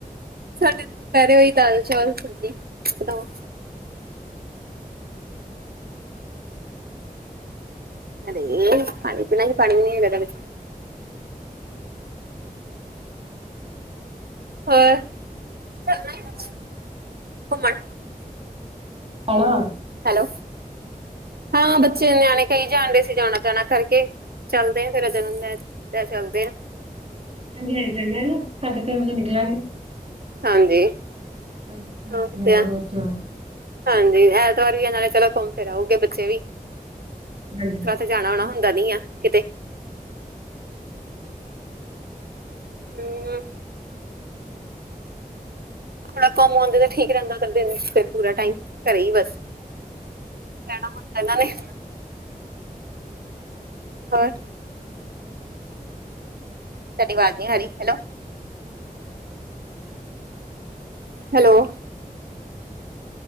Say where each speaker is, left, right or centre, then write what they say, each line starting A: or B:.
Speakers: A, on the right (about 90°); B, on the right (about 40°).
A: ਸਾਡੇ ਤੇ ਦੁਪਹਿਰੇ ਹੋਈ ਦਾਲ, ਚੌਲ, ਸਬਜ਼ੀ ਬਣਾਓ। <unintelligible> ਹੋਰ, ਚਲਣਾ ਏ ਸੱਚ ਘੁੰਮਣ।
B: ਜਾਣਾ <inaudible>
A: ਹੈਲੋ, ਹਾਂ ਬੱਚੇ ਨਿਆਣੇ ਕਈ ਜਾਣਦੇ ਸੀ ਜਾਣਾ-ਜਾਣਾ ਕਰਕੇ, ਚੱਲਦੇ ਹ ਫੇਰ ਜਨਮ ਲੈ ਲ ਚੱਲਦੇ ਆਂ
B: ਹਾਂਜੀ-ਹਾਂਜੀ ਚੰਗਾ ਨਾ ਸਾਡੇ ਤਿੰਨ ਵਜੇ ਨਿਕਲਾਂਗੇ।
A: ਹਾਂਜੀ
B: ਹੈ ਬਾਕੀ
A: ਹਾਂ ਤੇ
B: ਉਹਦੇ
A: ਆ
B: ਵਿੱਚ
A: ਹਾਂਜੀ ਐਤਵਾਰ ਵੀ ਆ ਨਾਲੇ ਚਲੋ ਘੁੰਮ ਫਿਰ ਆਓਗੇ ਬੱਚੇ ਵੀ
B: ਹਾਂਜੀ
A: ਤੇ ਜਾਣਾ-ਆਣਾ ਹੁੰਦਾ ਨੀ ਆ ਕਿਤੇ ਹੂੰ,,, ਥੋੜਾ ਘੁੰਮ ਆਉਂਦੇ ਤੇ ਠੀਕ ਰਹਿੰਦਾ ਕਰਦੇ ਫਿਰ ਪੂਰਾ ਟਾਈਮ ਘਰੇ ਈ ਬਸ ਰਹਿਣਾ ਹੁੰਦਾ ਇਹਨਾਂ ਨੇ ਹੋਰ ਤੁਹਾਡੀ ਆਵਾਜ਼ ਨੀ ਆਰੀ, ਹੈਲੋ, ਹੈਲੋ